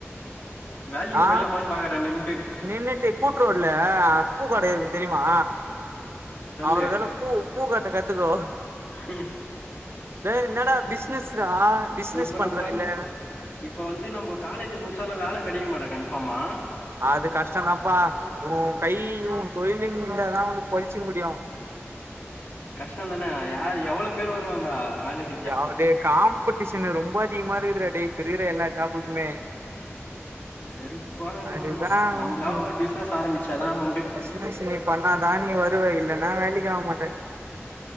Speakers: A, on the left; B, on the right.
A: வேலைக்கு
B: ஆ
A: போய்லாமான்னு பாக்குறே நின்ட்டு
B: நின்னுட்டு கூட்ரோடல பூக்கட இருக்கு தெரியுமா
A: சொல்லு
B: அவருக்கல்ல பூ பூ கட்ட கத்துக்கோ
A: ஹ
B: ஏ என்னடா பிசினஸ் ரா பிஸ்னஸ்
A: இப்ப
B: பண்றதில்ல
A: நம்ம வந்து இப்ப வந்து நம்ம காலேஜ முடிச்சாலும் வேல கிடைக்குமாடா கன்ஃபாமா
B: அது கஷ்டந்தாப்பா ஊ கை ஊ தொழிலினு இருந்தாதா ஒன்ன பொழ்ச்சுக்க முடியு
A: கஷ்டந்தானே ய எவ்வள பேர்‌ வருவாங்க வேலைக்
B: ய டே காம்படிஷன் ரொம்ப அதிகமா இருக்குதுறா டே இப்ப இருக்கிற எல்லா ஜாப்புக்குமே
A: வெறுப்பா இருக்குன்டா
B: அதுதா
A: நம்மளா ஒரு பிசினஸ் ஆரம்பிச்சாதா உண்டு
B: பாஸ் நீ பண்ணாதா நீ வருவ இல்லன்னா வேலைக்கு ஆக மாட்ட